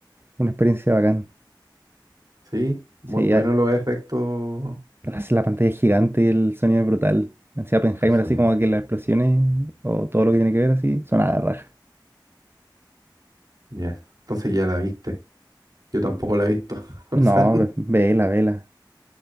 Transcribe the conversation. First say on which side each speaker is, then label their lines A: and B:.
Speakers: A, on the right (about 25°); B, on the right (about 50°).
A: Una experiencia bacán.
B: sí, bu-
A: Sí,
B: bueno los efectos
A: Hace la pantalla es gigante y el sonido es brutal. Así Oppenheimer,
B: del sonido,
A: así como que las explosiones o todo lo que tiene que ver así, son a la raja.
B: ya, entonces ya la viste, yo tampoco la he visto, <laughs> o
A: No,
B: sea,
A: ve- vela, vela.